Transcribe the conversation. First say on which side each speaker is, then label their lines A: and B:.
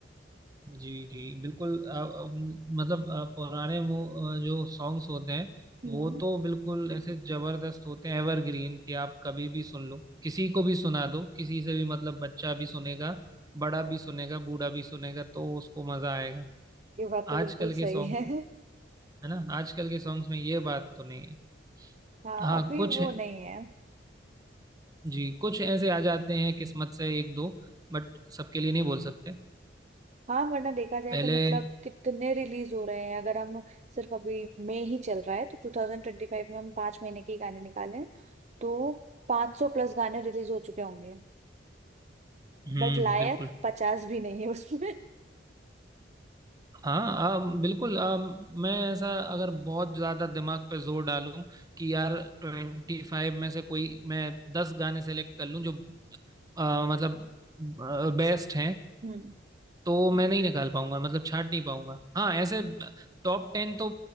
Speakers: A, on the right (about 20°); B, on the right (about 35°).
A: जी जी बिल्कुल अ, अम, मतलब अ, पुराने मु- अ, जो सॉन्ग्स होते हैं
B: हम्म
A: वो तो बिल्कुल ऐसे जबरदस्त होते हैं एवरग्रीन कि आप कभी भी सुन लो किसी को भी सुना दो किसी से भी मतलब बच्चा भी सुनेगा बड़ा भी सुनेगा बूढ़ा भी सुनेगा तो उसको मजा आएगा
B: ये बात तो बिल्कुल
A: आजकल
B: सही
A: के सॉन्ग
B: है
A: है ना आजकल के सॉन्ग्स में ये बात तो नहीं है
B: हाँ
A: हाँ
B: अभी
A: कुछ
B: वो नहीं है
A: जी कुछ ऐसे आ जाते हैं किस्मत से एक दो बट सबके लिए नहीं बोल सकते
B: हाँ वरना देखा जाए
A: पहले
B: तो मतलब कितने रिलीज हो रहे हैं अगर हम सिर्फ अभी मई ही चल रहा है तो 2025 में हम पांच महीने के ही गाने निकालें तो 500 प्लस गाने रिलीज हो चुके होंगे
A: हम्म
B: बट लायक
A: बिल्कुल
B: पचास भी नहीं है उसमें
A: हाँ आ, बिल्कुल आ, मैं ऐसा अगर बहुत ज़्यादा दिमाग पे जोर डालूं कि यार ट्वेंटी फाइव में से कोई मैं दस गाने सेलेक्ट कर लूं जो आ, मतलब बेस्ट हैं
B: हम्म
A: तो मैं नहीं निकाल पाऊंगा मतलब छाट नहीं पाऊंगा हाँ ऐसे टॉप टेन तो